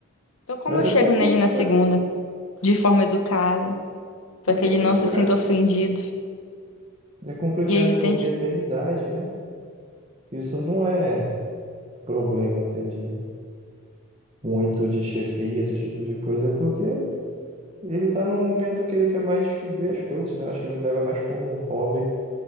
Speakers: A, on the left; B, on the right.
A: Então, como
B: Mas
A: eu chego
B: é complicado,
A: nele na segunda, de forma educada, para
B: é
A: que
B: complicado,
A: ele não se sinta ofendido,
B: é complicado
A: e ele tente.
B: porque tem idade, né? Isso não é problema assim de muito de chefia, esse tipo de coisa, é porque ele tá num momento que ele quer mais descobrir as coisas, né? Acho que ele leva mais como um hobby